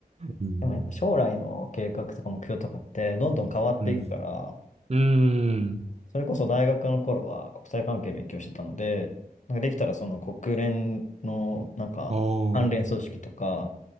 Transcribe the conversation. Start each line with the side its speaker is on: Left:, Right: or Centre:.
Right: うん。
Left: でもやっぱ将来の計画とか目標とかってどんどん変わっていくから、
Right: うん。うん。
Left: それこそ大学の頃は国際関係勉強してたので、なんかできたらその国連のなんか関連組織とか、
Right: おー。